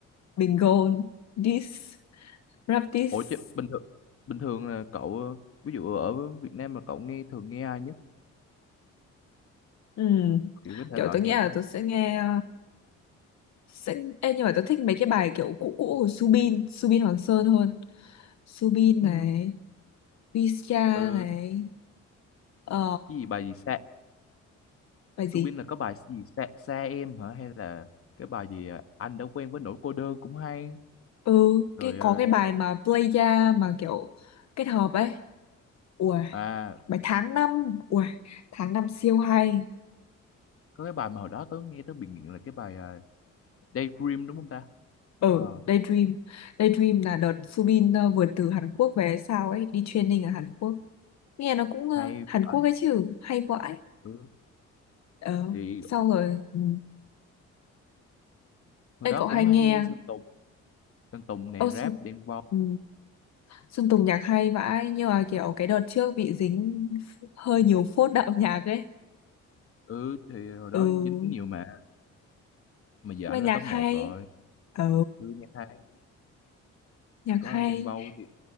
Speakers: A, on the left; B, on the left.
A: bình gôn diss rap diss
B: Ủa chứ bình thường bình thường là cậu ờ, ví dụ ở Việt Nam mà cậu nghe thường nghe ai nhất
A: ừ.
B: kiểu cái thể
A: kiểu
B: loại
A: tôi nghĩ
B: nhạc
A: là
B: á
A: tôi sẽ nghe sẽ Ê, nhưng mà tôi thích mấy cái bài kiểu cũ cũ của Subin Subin Hoàng Sơn hơn Subin
B: ừ,
A: này Visa
B: ừ,
A: này ờ
B: cái gì bài gì xa
A: bài gì
B: Subin là có bài gì xa, xa em hả hay là cái bài gì ờ, anh đã quen với nỗi cô đơn cũng hay
A: ừ
B: rồi
A: cái
B: ờ,
A: có cái bài mà playa mà kiểu kết hợp ấy ui
B: à
A: bài tháng năm ui tháng năm siêu hay
B: có cái bài mà hồi đó tớ nghe tớ bị nghiện là cái bài ờ, Daydream đúng không ta
A: ở
B: Ờ,
A: Daydream Daydream là đợt Subin ờ, vừa từ Hàn Quốc về sao ấy đi training ở Hàn Quốc nghe nó cũng ờ,
B: hay
A: Hàn
B: vãi
A: Quốc ấy chứ hay vãi
B: ừ.
A: ờ
B: thì
A: sau rồi ừ.
B: hồi
A: Ê
B: đó
A: cậu
B: cũng
A: hay nghe
B: hay nghe Sơn Tùng Sơn Tùng này
A: Ô, Xuân,
B: rap Đen Vâu
A: ừ. Xuân Tùng nhạc hay vãi nhưng mà kiểu cái đợt trước bị dính hơi nhiều phốt đạo nhạc ấy
B: ừ thì hồi đó
A: ừ
B: dính nhiều mà mà giờ
A: mà
B: ảnh
A: nhạc
B: là top
A: hay
B: một rồi
A: Ừ,
B: ừ, nhạc hay
A: nhạc
B: có
A: hay.
B: anh Đen Vâu thì